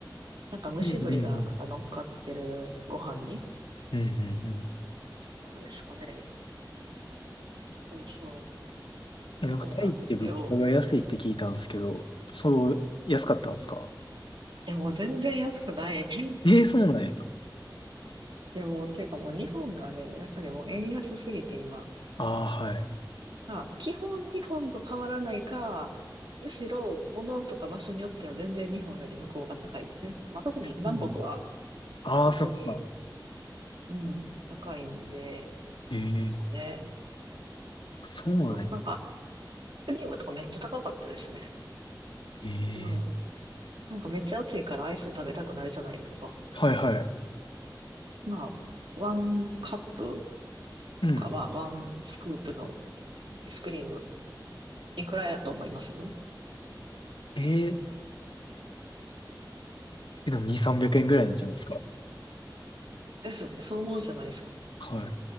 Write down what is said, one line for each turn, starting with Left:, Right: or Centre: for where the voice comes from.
Right: なんか蒸し鶏がなんか乗っかってるご飯に。
Left: うんうんうん。うんうんうん。
Right: そうですかね。そうそう。
Left: え、なんかタイって物価が安いって聞いたんですけど、
Right: そうなんですよ。
Left: そう、安かったんですか
Right: え、もう全然安くない。<laughs>
Left: ええそうなんや。
Right: いやもう、ていうかもう日本がね、やっぱりもう円安すぎて今。
Left: ああ、はい。
Right: まあ、基本日本と変わらないか、むしろ物とか場所によっては全然日本より向こうが高いですね。まあ、特にバンコクは
Left: うん。ああ、
Right: 本当に、
Left: そっか。
Right: うん、高いんで、そうですね。
Left: ええそうなんや。
Right: そうそう。なんかスクリームとかめっちゃ高かったですね。
Left: ええ
Right: うん。なんかめっちゃ暑いからアイス食べたくなるじゃないですか。
Left: はいはい。
Right: まあ、ワンカップ
Left: うん。
Right: とかはワンスクープのアイスクリームいくらやと思います
Left: えええ、でも2、300円ぐらいなんじゃないですか。
Right: ですよね。そう思うじゃないですか。
Left: は